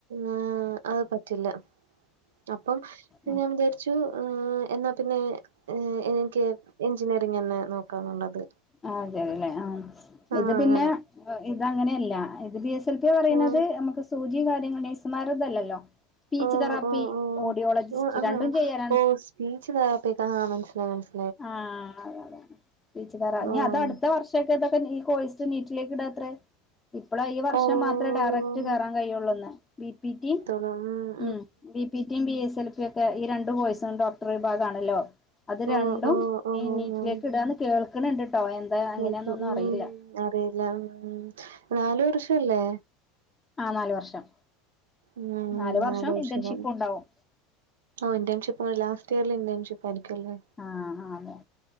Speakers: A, on the right; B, on the left.
A: ആഹ് അത് പറ്റില്ല അപ്പം
B: ആ
A: ഞാൻ വിചാരി ച്ചു എന്നാ പ്പിന്നെ ഏഹ് എനിക്ക് എഞ്ചിനീയറിംഗന്നെ നോക്കാന്നുള്ളത്.
B: ആഹ് അതല്ലെ ആഹ്
A: ആഹ്
B: ഇതു പിന്നെ
A: അങ്ങനെ
B: ഇതങ്ങനെയല്ല ഇതു ബിസ് ചെൽപ്പം ഇയ് പറയ്ണത്
A: ആഹ്
B: നമുക്ക് സൂചി കാര്യങ്ങൾ നെയ്സ്മാര്ഒന്ല്ലല്ലോ. സ്പീച്ച്
A: ഓഹ്
B: തെറാപ്പി
A: ഓഹ് ഓഹ്
B: ഓഡിയോളജിസ്റ്റ്
A: ഓഹ് ആഹ്
B: രണ്ടും ചെയ്യാലാണ്.
A: <unintelligible>
B: ആഹ് അത അത വീച്ചു പറ ഇനി
A: ഓഹ്
B: അതടുത്ത വർഷ് <unintelligible> ഈ കോഴസ് നീറ്റിലേക്ക് ഇടാത്രെ ഇപ്പളെ ഈ വർഷം
A: ഓഹ്
B: മാത്രേ ഡയറക്ട് കേറാൻ കഴിയൊള്ളന്ന് ബി പി റ്റി
A: നം
B: ഉം ബി പി റ്റിയും ബി എസ് എൽ പിയ ഒക്കെ ഈ രണ്ടു പോയ്സും ഡോക്ടർ വിഭാഗ ആണല്ലോ അത് രൺ
A: ഓഹ് ഓഹ്
B: നീറ്റിലേക്ക്
A: ഓഹ്
B: ഇടാന്ന് കേൾക്ക്ണണ്ട്ട്ടോ എന്താ
A: കേൾക്കും
B: എങ്ങനെന്നൊന്നും
A: ഉം
B: അറിയില്ല
A: അറിയില്ല ഉം. നാലു വർഷല്ലേ?
B: ആഹ് നാലു വർഷം
A: ഉം
B: നാലു വർഷം
A: നാല്
B: ഇന്റേൺഷിപ്പുമുണ്ടാവും
A: തന്നെ ഇന്റേൺഷിപ്പ് ലാസ്റ്റ് ഇയറില് ഇന്റേൺഷിപ്പായിരിക്കുലേ
B: ആഹ് ആഹ് അതെ